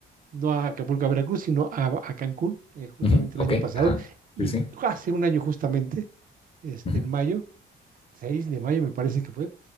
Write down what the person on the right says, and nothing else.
no a Acapulco, a Veracruz, sino a, a Cancún, eh, justamente
el año pasado,
y
hace un año justamente, este,
en mayo, 6 de mayo me parece que fue,